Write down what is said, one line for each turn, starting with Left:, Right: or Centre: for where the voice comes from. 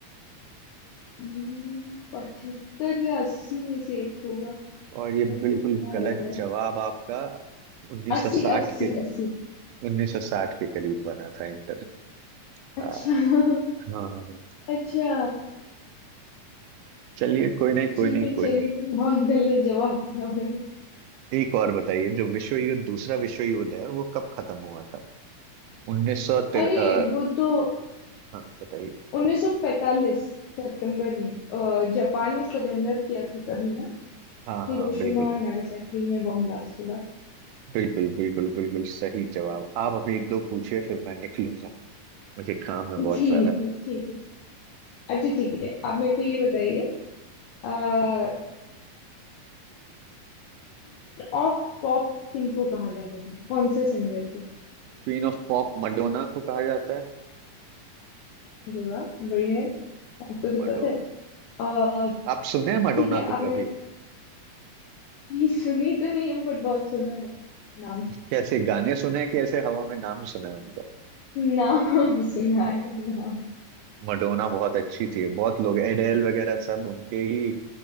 Left: हम्म, पचहत्तर या अस्सी में से एक होगा
Right: और ये
Left: मेरे
Right: बिल्कुल
Left: को जितना
Right: गलत
Left: लग रहा
Right: जवाब
Left: है
Right: आपका 1960
Left: अस्सी अस्सी
Right: के
Left: अस्सी
Right: 1960 के करीब बना था इंटरनेट
Left: अच्छा
Right: हाँ
Left: <laughs>
Right: हाँ हाँ
Left: अच्छा
Right: चलिए कोई नहीं
Left: ठीक
Right: कोई नहीं
Left: है
Right: कोई
Left: चलिए
Right: नहीं
Left: बहुत गलत जवाब दिया मैंने
Right: एक और बताइए जो विश्व युद्ध दूसरा विश्व युद्ध है वो कब खत्म हुआ था उन्नीस सौ तिर
Left: अरे
Right: अ,
Left: वो तो
Right: हाँ बताइए
Left: 1945 सितंबर में अ, जापान ने सरेंडर किया था तभी ना
Right: हाँ
Left: हिरोशिमा
Right: हाँ बिल्कुल
Left: और नागासाकी में बॉम्ब ब्लास्ट के बाद
Right: बिल्कुल बिल्कुल बिल्कुल सही जवाब आप अभी एक दो पूछिए फिर मैं निकलूंगा मुझे काम है
Left: <laughs>
Right: बहुत
Left: ठीक
Right: सारा
Left: है ठीक है अच्छा ठीक है आप मेरे को ये बताइए क्वीन ऑफ पॉप किनको कहा जाता था कौन से सिंगर को
Right: क्वीन ऑफ पॉप मडोना को कहा जाता है
Left: अरे वाह बढ़िया है आपको तो
Right: मडोना
Left: पता है अह,
Right: आप सुने मडोना
Left: ठीक है
Right: को
Left: आपने
Right: कभी
Left: नहीं सुनी तो नहीं बट बहुत सुना है नाम
Right: कैसे गाने सुने हैं कि ऐसे हवा में नाम सुना है उनका
Left: नाम <laughs> सुना है नाम
Right: मडोना बहुत अच्छी थी बहुत लोग एडेल वगैरह सब उनके ही